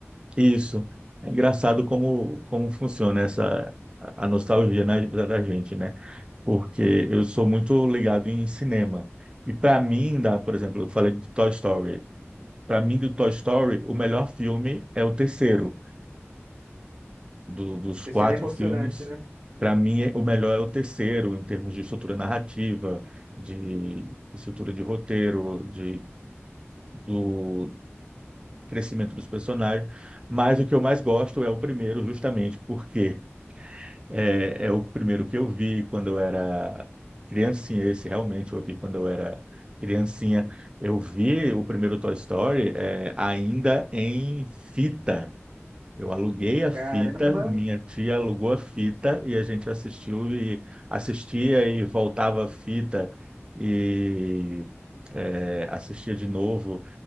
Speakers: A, on the right (about 20°); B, on the right (about 65°).
A: Isso. É engraçado como, como funciona essa a a nostalgia na, da gente, né? Porque eu sou muito ligado em cinema. E para mim, da, por exemplo, eu falei de Toy Story. Para mim, do Toy Story, o melhor filme é o terceiro. Do- dos
B: Terceiro
A: quatro
B: <laughs> emocionante,
A: filmes,
B: né?
A: para mim, é- o melhor é o terceiro, em termos de estrutura narrativa, de estrutura de roteiro, de, do crescimento dos personagens. Mas o que eu mais gosto é o primeiro, justamente porque É, é o primeiro que eu vi quando eu era criancinha. Esse realmente eu vi quando eu era criancinha. Eu vi o primeiro Toy Story, é, ainda em fita. Eu aluguei a
B: Caramba,
A: fita, minha tia alugou a fita e a gente assistiu e assistia e voltava a fita e é, assistia de novo.